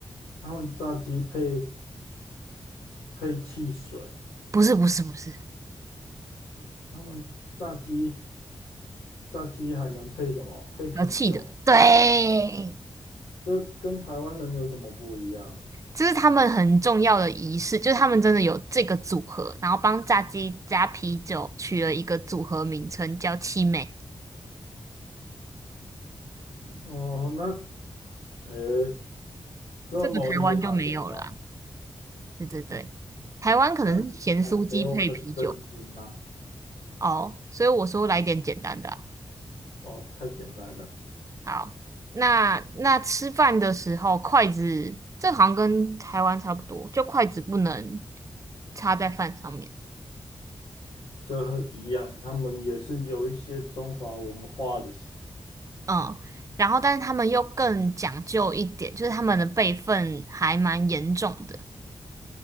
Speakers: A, on the left; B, on the right.
A: 他们炸鸡配配汽水，
B: 不是，不是，不是，
A: 他们炸鸡炸鸡还能配什么？配啤酒，
B: 有气的。对，
A: 这跟台湾人有什么不一样？
B: 这是他们很重要的仪式，就是他们真的有这个组合，然后帮炸鸡加啤酒取了一个组合名称叫七妹”。
A: 哦，那诶，这么厉害的吗？
B: 这个台湾就没有了啊对对对，台湾可能是咸酥鸡配啤酒吧
A: 但听起来没有很震惊啊。
B: 哦，所以我说来点简单的啊
A: 哦，太简单了，
B: 好，那那吃饭的时候，筷子这好像跟台湾差不多，就筷子不能插在饭上面。
A: 这和一样，他们也是有一些中华文化的，
B: 嗯，然后但是他们又更讲究一点，就是他们的辈分还蛮严重的，